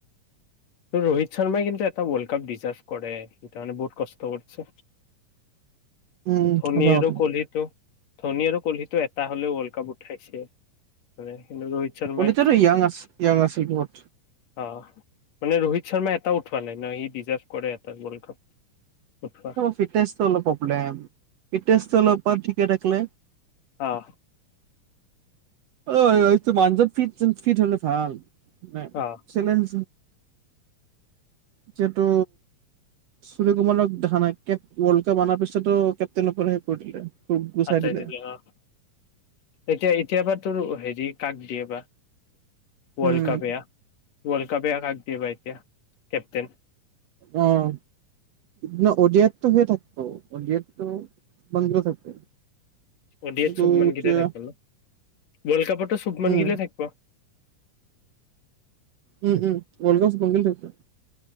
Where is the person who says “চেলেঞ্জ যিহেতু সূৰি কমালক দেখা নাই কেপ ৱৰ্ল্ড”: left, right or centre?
Right